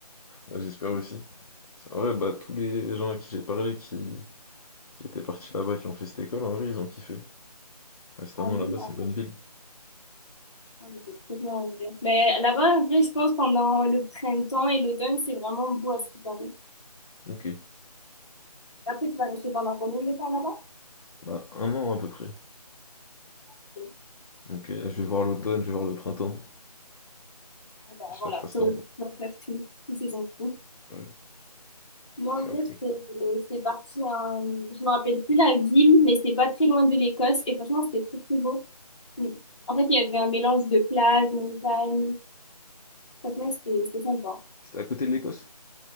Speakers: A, on the left (about 65°); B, on the left (about 45°).
A: Ouais, j'espère aussi. Parce qu'en vrai, bah tous les gens à qui j'ai parlé qui, qui étaient partis là-bas, qui ont fait cette école, en vrai, ils ont kiffé. Rester
B: Ah
A: un
B: oui,
A: an là-bas, c'est
B: ah
A: une
B: bah,
A: bonne ville.
B: ah bah, c'est trop bien en vrai. Mais là-bas, en vrai, je pense pendant le printemps et l'automne, c'est vraiment beau à ce qui paraît.
A: Ok,
B: Et après, tu vas rester pendant combien de temps là-bas?
A: bah un an à peu près.
B: Ok.
A: Donc euh,
B: Ok.
A: je vais voir l'automne, je vais voir le printemps.
B: Ah ben,
A: J'espère
B: voilà,
A: que ça sera
B: tu tu
A: bon.
B: vas faire toutes toutes ces infos.
A: Ouais,
B: Moi,
A: parce
B: en
A: qu'en
B: vrai,
A: plus,
B: c'est- c'est parti en... Je me rappelle plus la ville, mais c'était pas très loin de l'Écosse. Et franchement, c'était très, très beau. Mm. En fait, il y avait un mélange de plage, montagne. Franchement, c'était c'était sympa.
A: c'était à côté de l'Écosse?